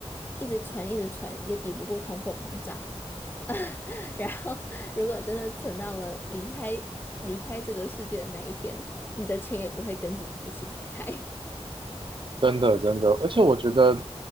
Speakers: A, on the left; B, on the right.
A: 一直存一直存也抵不过通货膨胀，<laughs> 然后，如果真的存到了离开离开这个世界的那一天，你的钱也不会跟着你一起离开。<laughs>
B: 真的真的，而且我觉得，